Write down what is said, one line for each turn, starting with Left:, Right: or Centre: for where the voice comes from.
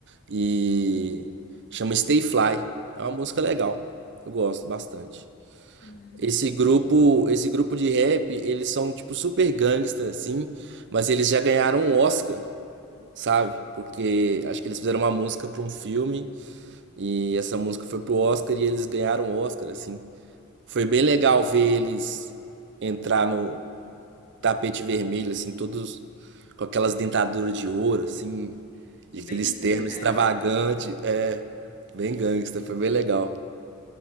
Right: E chama Stay Fly. É uma música legal. Eu gosto bastante.
Left: Hum,
Right: Esse grupo, esse grupo de rap, eles são tipo super gangsta, assim, mas eles já ganharam um Oscar, sabe? Porque acho que eles fizeram uma música para um filme e essa música foi pro Oscar e eles ganharam um Oscar, assim. Foi bem legal ver eles entrar no tapete vermelho, assim, todos com aquelas dentaduras de ouro, assim, e
Left: bem
Right: aquele
Left: estilo
Right: terno
Left: rap
Right: extravagante,
Left: mesmo.
Right: é, bem gangsta, foi bem legal.